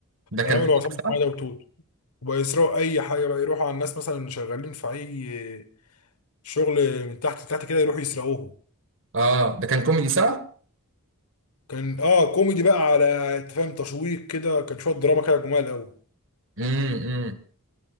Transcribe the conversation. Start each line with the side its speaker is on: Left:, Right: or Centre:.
Right: ده كان
Left: هيعملوا
Right: كوميدي
Left: عصابة
Right: صح
Left: حمادة وتوتو وبقى يسرقوا اي حاجه بقى يروحوا على الناس مثلا اللي شغالين في اي شغل من تحت لتحت كده يروحوا يسرقوهم
Right: اه ده كان كوميدي صح
Left: كان اه كوميدي بقى على أنت فاهم تشويق كده كان شويه دراما كده جمال قوي
Right: امم امم